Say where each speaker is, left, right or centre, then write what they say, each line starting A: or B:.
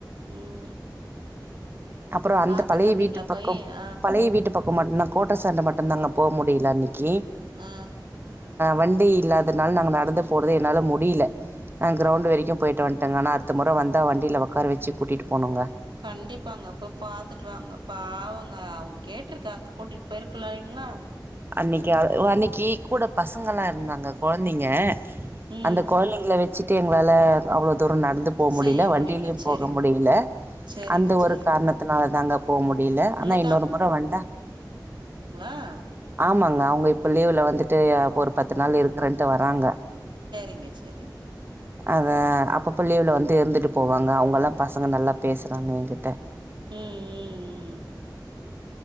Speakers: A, on the right; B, on the right.
A: ம்
B: அப்றொ அந்த
A: பாத்துட்டு
B: பழைய
A: வந்தீங்களா
B: வீட்டு பக்கெ
A: போய் அ
B: பழைய வீட்டு பக்கோமாட் நா கோட்டஸ்ஸாண்ட மட்டு தாங்க போ முடில அன்னிக்கி
A: அ
B: வண்டி இல்லாதனால நாங் நடுந்து போறது என்னால முடில க்ரௌண்ட் வரைக்கு போய்ட்டு வன்ட்டங்க ஆனா அடுத்த முற் வந்தா வண்டில ஒக்கார வச்சு கூட்டிட்டு போனுங்க
A: கண்டிப்பாங்க போ பாத்துட்டு வாங்க பாவங்க அவுங்க கேட்ருக்காங்க கூட்டிட்டு பேய்ருக்குலாய்ங்ளா
B: அன்னக்கியாரு ஒ அன்னக்கி கூட பசங்கலா இருந்தாங்க கொழந்திங்க
A: ம்
B: அந்த கொழந்திங்ள வெச்சுட்டு எங்ளால அவ்ளோ தூர நடுந்து போ முடில
A: செய்ய
B: வண்டில்யு
A: முடியல சேரிங்
B: போக முடில
A: சேரிங்க
B: அந்த
A: சேரிங்
B: ஒரு கார்ணத்துனால தாங்க போமுடில
A: உங்க
B: அனா இன்னொரு முற வன்ந்தா
A: ஆஹ்
B: ஆமாங்க அவுங்க இப்ப லீவ்ல வந்துட்டு ஒரு பத்து நாள் இருக்குறன்ட்டு வராங்க
A: இங்க சரிங்க
B: அத அப்பப்ப லீவ்ல வந்து இருந்துட்டு போவாங்க அவுங்கலா பசங்க நல்லா பேசுறாங்க ஏங்கிட்ட
A: ம் ம் ம்